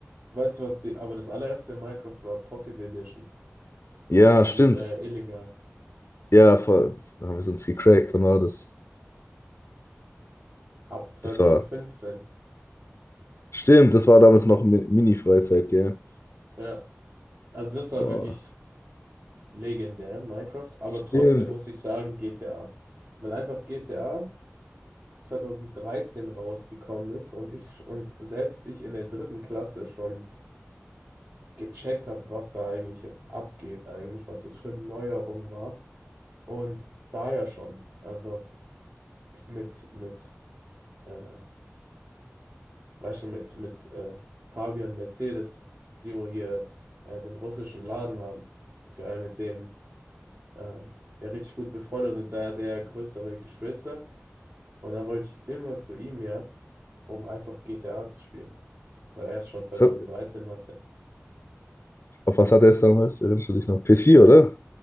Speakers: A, on the right; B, on the left.
A: Weißt du was, die, aber das allererste Minecraft war Pocket Edition von
B: Ja, stimmt.
A: äh, Illegal
B: Ja, voll. da haben wir es uns gecrackt. Und war das,
A: ab 2015.
B: das war. Stimmt, das war damals noch Mi- Mini-Freizeit, gell?
A: Ja, also das war
B: Boah.
A: wirklich legendär, Minecraft, aber
B: Stimmt.
A: trotzdem muss ich sagen GTA, weil einfach GTA 2013 rausgekommen ist und ich und selbst ich in der dritten Klasse schon gecheckt habe, was da eigentlich jetzt abgeht, eigentlich, was es für eine Neuerung war. Und da ja schon, also mit, mit, äh, weißt schon, mit, mit äh, Fabian Mercedes, die wo hier äh, den russischen Laden haben. Ich war ja mit dem ähm, ja richtig gut befreundet und da hat er ja größere Geschwister. Und dann wollte ich immer zu ihm, ja, um einfach GTA zu spielen, weil er es schon 2013
B: Das hat,
A: hatte.
B: auf was hatte er es damals? Erinnerst du dich noch? ps vier oder?